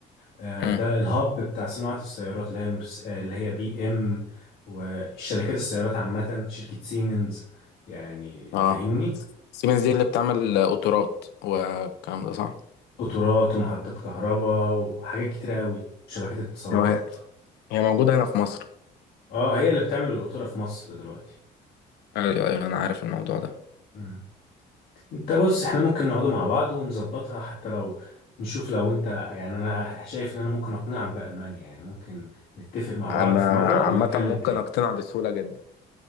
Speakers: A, on the left; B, on the left.
A: آه،
B: امم
A: ده الهاب بتاع صناعة السيارات اللي هي مرس... آه، اللي هي بي إم والشركات السيارات عامة شركة سيمنز يعني
B: اه
A: فاهمني
B: سيمنز دي اللي بتعمل قطارات والكلام ده صح
A: قطارات ومحطات كهرباء وحاجات كتيرة قوي وشبكات اتصالات
B: آه، هي موجودة هنا في مصر
A: اه هي اللي بتعمل القطورة في مصر دلوقتي
B: ايوه ايوه أيوة، انا عارف الموضوع ده
A: مم. انت بص احنا ممكن نقعدوا مع بعض ونظبطها حتى لو نشوف لو انت يعني انا شايف ان انا ممكن اقنعك بألمانيا يعني ممكن نتفق مع
B: انا
A: بعض في مرة
B: عامة
A: ونتكلم
B: ممكن
A: تاني
B: اقتنع بسهولة جدا